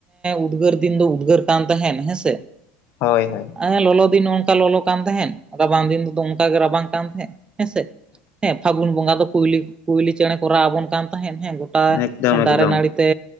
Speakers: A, on the right; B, on the left.
A: ᱩᱫᱽᱜᱟᱹᱨ ᱫᱤᱱ ᱫᱚ ᱩᱫᱽᱜᱟᱹᱨ ᱠᱟᱱ ᱛᱟᱸᱦᱮᱱ ᱦᱮᱸᱥᱮ ᱾
B: ᱦᱚᱭ ᱦᱚᱭ ᱾
A: ᱦᱮᱸ ᱞᱚᱞᱚ ᱫᱤᱱ ᱦᱚᱸ ᱚᱱᱠᱟ ᱞᱚᱞᱚ ᱠᱟᱱ ᱛᱟᱦᱮᱸᱫ, ᱨᱟᱵᱟᱝ ᱫᱤᱱ ᱦᱚᱸᱛᱚ ᱚᱱᱠᱟ ᱜᱮ ᱨᱟᱵᱟᱝ ᱠᱟᱱ ᱛᱟᱦᱮᱸᱫ ᱾ ᱦᱮᱸᱥᱮ ᱦᱮᱸ ᱯᱷᱟᱹᱜᱩᱱ ᱵᱚᱸᱜᱟ ᱫᱚ ᱠᱩᱭᱞᱤ ᱠᱩᱭᱞᱤ ᱪᱮᱬᱮ ᱠᱚ ᱨᱟᱜ ᱟᱵᱚᱱ ᱠᱟᱱ ᱛᱟᱦᱮᱸᱫ ᱦᱮᱸ ᱥᱮ
B: ᱮᱠᱫᱚᱢ
A: ᱾ ᱟᱨ
B: ᱮᱠᱫᱚᱢ
A: ᱫᱟᱨᱮ ᱱᱟᱹᱲᱤᱼᱼ ᱛᱮ